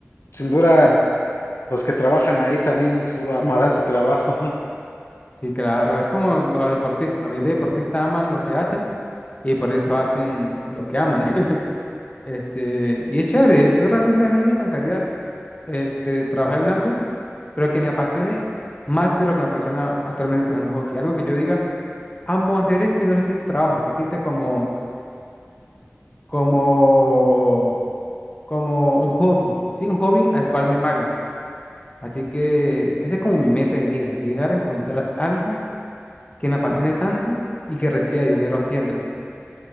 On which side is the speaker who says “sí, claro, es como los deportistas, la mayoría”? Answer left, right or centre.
Left